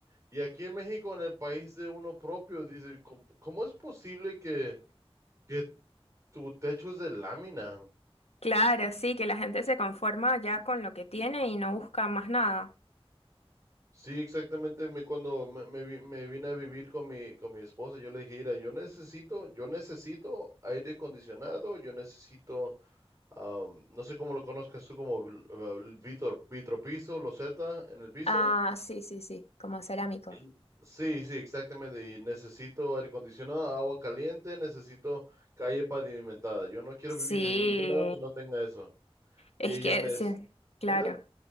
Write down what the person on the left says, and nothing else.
Claro, sí, que la gente se conforma ya con lo que tiene y no busca más nada.
Ah, sí, sí, sí, como cerámico.
Sí,
es
que,
sí, claro.